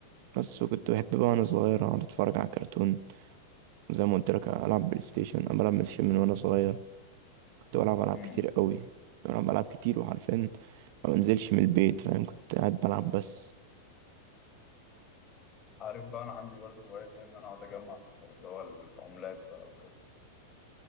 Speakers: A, on the right; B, on the left.
A: بس وكنت بحب بقى وأنا صغير أقعد أتفرج على كرتون وزي ما قلت لك ألعب بلاي ستيشن أنا بلعب بلاي ستيشن من وأنا صغير كنت بلعب ألعاب
B: امم
A: كتير قوي كنت بلعب ألعاب كتير وعارفين ما بنزلش من البيت فاهم كنت قاعد بلعب بس
B: عارف بقى انا عندي برضه هواية كده ان انا اقعد اجمع في اللي هو العملات بقى وكده